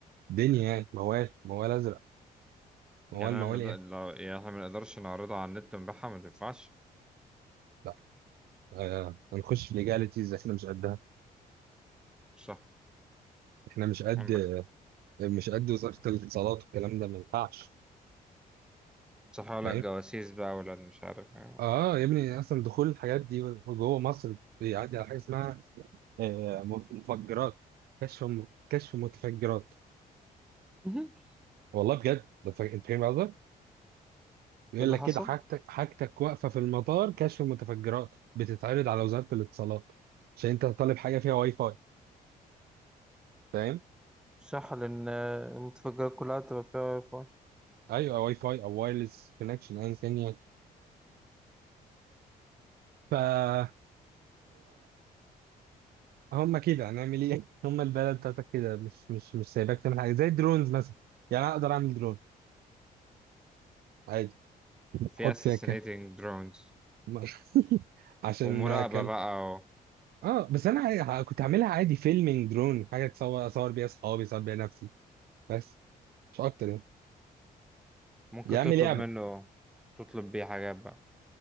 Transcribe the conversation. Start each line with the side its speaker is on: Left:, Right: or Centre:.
Right: دنيا يعني موال موال ازرق موال
Centre: يعني انا
Right: موال
Centre: من-
Right: ايه
Centre: لو يعني احنا ما نقدرش نعرضها على النت ونبيعها ما تنفعش
Right: لا آه، هنخش في ليجاليتيز احنا مش قدها
Centre: صح
Right: احنا مش قد
Centre: عندك
Right: مش قد وزاره الاتصالات والكلام ده ما ينفعش
Centre: صح ولا
Right: فاهم
Centre: الجواسيس بقى ولا مش عارف ايه
Right: اه يا ابني اصلا دخول الحاجات دي جوه مصر بيعدي على حاجه اسمها آه، مفجرات كشف كشف متفجرات
Centre: مهم.
Right: والله بجد ده ف- انت فاهم قصدي؟ بيقول
Centre: ايه اللي
Right: لك
Centre: حصل؟
Right: كده حاجتك حاجتك واقفه في المطار كشف متفجرات بتتعرض على وزاره الاتصالات عشان انت طالب حاجه فيها واي فاي فاهم؟
Centre: صح لأن آه، المتفجرات كلها تبقى فيها واي فاي
Right: ايوه واي فاي او وايرلس كونكشن ايا كان يعني فهو هم كده هنعمل ايه؟ <laughs> هم البلد بتاعتك كده مش مش مش سايباك تعمل حاجه زي الدرونز مثلا يعني أنا اقدر اعمل درون عادي
Centre: في
Right: احط
Centre: assassinating
Right: فيها
Centre: drones
Right: ما- <laughs> عشان
Centre: ومراقبة
Right: كان
Centre: بقى و-
Right: اه بس انا عا- كنت عاملها عادي فيلمينج درون حاجه تصور اصور بيها اصحابي اصور بيها نفسي بس مش اكتر يعني
Centre: ممكن
Right: يا عم
Centre: تطلب
Right: لعبه
Centre: منه تطلب بيه حاجات بقى